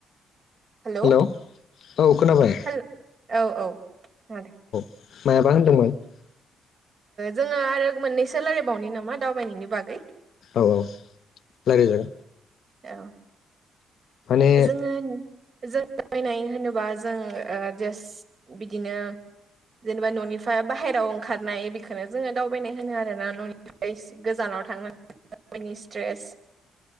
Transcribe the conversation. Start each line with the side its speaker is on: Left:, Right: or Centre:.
Right: हेलौ
Left: हेल' औ खोनाबाय।
Right: हेल औ औ <unintelligible>
Left: <unintelligible>
Right: जोङो आरो मोननैसोलायबावनो नामा दावबायनायनि बागै।
Left: औ औ <unintelligible>
Right: औ।
Left: माने
Right: जोङो। जों थाबानाय होनोबा जों जास्ट बिदिनो। जेनेबा न'निफ्राय बाहेरायाव ओंखारनाय बेखौनो जोङो दावबायनाय होनो आरोना न'निफ्राय गोजानाव। थ गयनि स्ट्रेस <inaudible>